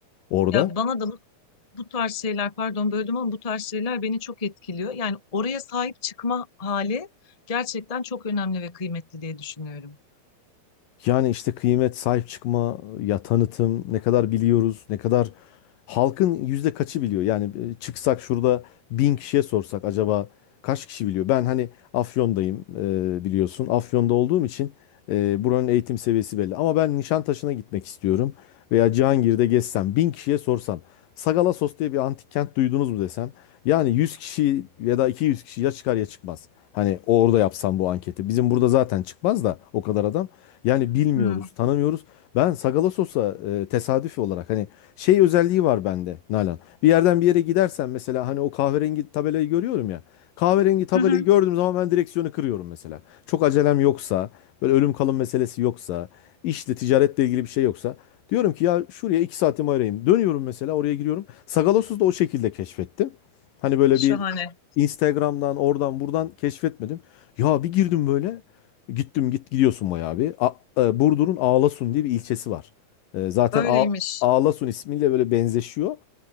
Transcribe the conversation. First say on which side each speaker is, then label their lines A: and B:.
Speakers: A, on the left; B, on the left.
A: orada.
B: Ya bana da bu, bu tarz şeyler pardon böldüm ama bu tarz şeyler beni çok etkiliyor. Yani oraya sahip çıkma hali gerçekten çok önemli ve kıymetli diye düşünüyorum.
A: Yani işte kıymet, sahip çıkma, ya tanıtım, ne kadar biliyoruz, ne kadar halkın yüzde kaçı biliyor? Yani e, çıksak şurada bin kişiye sorsak acaba kaç kişi biliyor? Ben hani Afyon'dayım e, biliyorsun. Afyon'da olduğum için e, buranın eğitim seviyesi belli. Ama ben Nişantaşı'na gitmek istiyorum veya Cihangir'de gezsem, bin kişiye sorsam. Sagalassos diye bir antik kent duydunuz mu desem. Yani 100 kişi ya da 200 kişi ya çıkar ya çıkmaz. Hani orada yapsam bu anketi. Bizim burada zaten çıkmaz da o kadar adam. Yani bilmiyoruz,
B: Hmm.
A: tanımıyoruz. Ben Sagalassos'a e, tesadüfi olarak hani şey özelliği var bende Nalan. Bir yerden bir yere gidersen mesela hani o kahverengi tabelayı görüyorum ya. Kahverengi tabelayı
B: Hı hı.
A: gördüğüm zaman ben direksiyonu kırıyorum mesela. Çok acelem yoksa, böyle ölüm kalım meselesi yoksa, işle ticaretle ilgili bir şey yoksa diyorum ki ya şuraya 2 saatimi ayırayım. Dönüyorum mesela oraya giriyorum. Sagalassos'u da o şekilde keşfettim. Hani böyle
B: Şahane.
A: bir Instagram'dan oradan buradan keşfetmedim. Ya bir girdim böyle. Gittim git gidiyorsun bayağı bir. A- e, Burdur'un Ağlasun diye bir ilçesi var. E, zaten
B: Öyleymiş.
A: A- Ağlasun ismiyle böyle benzeşiyor.